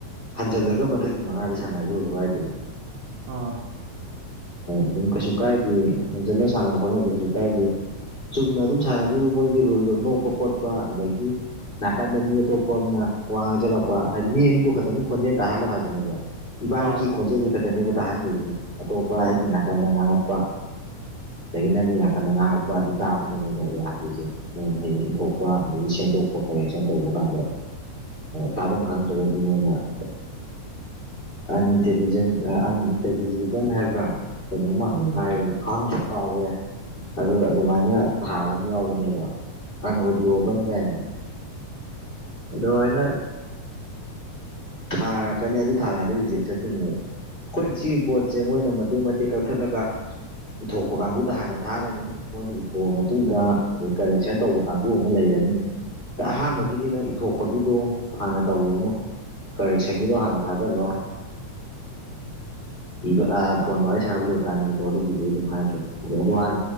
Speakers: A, on the left (about 15°); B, on the right (about 80°).
A: ꯍꯟꯖꯜꯂꯒ ꯃꯊꯪꯒꯤ ꯃꯉꯥꯗ ꯁꯥꯟꯅꯔꯈꯤꯕ ꯀ ꯀꯥꯏꯏꯗꯦ
B: ꯑꯣ
A: ꯑꯗꯨꯝ ꯀꯩꯁꯨ ꯀꯥꯏꯗꯦ ꯐꯖꯅ ꯁꯥꯟꯅꯕ ꯈꯣꯠꯅꯕꯗ ꯀꯩꯁꯨ ꯀꯥꯏꯗꯦ ꯆꯨꯝꯅ ꯑꯗꯨꯝ ꯁꯥꯟꯅꯕꯤꯌꯨ ꯃꯣꯏꯒꯤ ꯔꯨꯜꯗꯣ ꯅꯣꯛꯄ ꯈꯣꯠꯄ ꯑꯗꯒꯤ ꯅꯥꯀꯟꯗ ꯃꯤ ꯑꯇꯣꯞꯄ ꯑꯃꯅ ꯋꯥꯡ ꯉ ꯆꯜꯂꯛꯄ ꯍꯥꯏꯗꯤ ꯃꯤ ꯑꯅꯤꯗꯨ ꯈꯛꯇꯪꯒꯤ ꯈꯣꯟꯖꯦꯜ ꯇꯥꯍꯜꯂꯣ ꯍꯥꯏꯕꯅꯦꯕ ꯏꯕꯥꯅꯤꯀꯤ
B: ꯑꯥ
A: ꯈꯣꯟꯖꯦꯜꯁꯦ ꯈꯛꯇꯅꯦꯕ ꯇꯥꯍꯟꯗꯣꯏꯁꯦ ꯑꯇꯣꯞꯄ
B: ꯑꯥ
A: ꯑꯩꯒꯤ ꯅꯥꯀꯟꯗ ꯉꯥꯡꯉꯛꯄ ꯑꯗꯒꯤ ꯅꯪꯒꯤ ꯌꯥꯝꯡꯈꯟꯗ ꯉꯥꯏꯥꯡꯉꯛꯄ ꯑꯗꯨ ꯇꯥꯕꯗꯨꯅꯦꯅ ꯌꯥꯗ꯭ꯔꯤꯁꯦ ꯍꯌꯦꯡ ꯏꯊꯣꯛꯄ ꯑꯗꯒꯤ ꯁꯦꯝꯗꯣꯛꯄ ꯀꯔꯦꯛꯁꯟ ꯇꯧꯕ ꯀꯥꯟꯗ ꯇꯥꯕꯝ ꯈꯪꯗ꯭ꯔꯒꯗꯤ ꯅꯣꯏꯅ <unintelligible> ꯑꯟꯟꯇꯦꯂꯤꯖꯟ ꯑꯟꯟꯇꯦꯂꯤꯕꯟ ꯍꯥꯏꯕ꯭ꯔꯥ ꯀꯩꯅꯣꯝꯃ
B: ꯎꯝ
A: ꯍꯥꯏꯅ ꯈꯥꯡꯗ ꯀꯥꯎꯒꯔꯦ ꯑꯗꯨ ꯑꯗꯨꯃꯥꯏꯅ ꯊꯥꯕ ꯑꯃ ꯌꯥꯎꯕꯅꯦꯕ ꯀꯅꯧꯗꯣꯕꯟ
B: ꯎꯝ
A: ꯌꯥ ꯍꯥꯏꯅ ꯑꯗꯨꯃꯥꯏꯅ ꯊꯥꯔꯛꯀꯅꯤ ꯑꯗꯨ ꯊꯥꯔꯛꯑꯗꯤ ꯔꯤꯖꯦꯛ ꯆꯠꯇꯣꯏꯅꯦꯕ ꯑꯩꯈꯣꯏꯒꯤ ꯁꯤꯒꯤ ꯄꯣꯠ ꯁꯦ ꯃꯣꯏꯅ ꯃꯇꯦꯛ ꯃꯇꯦꯛ ꯀꯛꯊꯠꯂꯒ ꯏꯊꯣꯛꯄ ꯀꯥꯡꯕꯨꯨꯗ ꯍꯥꯟꯅ ꯊꯥꯔꯅꯤ ꯃꯣꯏꯅ ꯏꯊꯣꯛꯑ ꯃꯇꯨꯡꯗ ꯑꯗꯩ ꯀꯔꯦꯛꯁꯟ ꯇꯧꯕ ꯀꯥꯡꯕꯨ ꯑꯃ ꯂꯩꯔꯅꯤ ꯑꯍꯥꯟꯕꯒꯤꯅꯤ
B: ꯎꯝ
A: ꯅꯪ ꯏꯊꯣꯛ ꯄꯒꯤꯗꯣ ꯍꯥꯟꯅ ꯇꯧꯨꯔꯅꯨ ꯀꯔꯦꯛꯁꯟꯒꯤꯗꯣ ꯍꯥꯟꯅ ꯊꯥꯖꯤꯜꯂꯣ ꯄꯕ ꯐꯣꯟ ꯋꯥꯔꯤ ꯁꯥꯥꯟꯅꯕ ꯂꯣꯏꯔꯀꯥꯟꯅꯤꯀꯣ ꯑꯗꯨꯒꯤꯗꯤ ꯑꯗꯨꯝ ꯍꯥꯏꯔꯛꯀꯦ ꯍꯥꯟ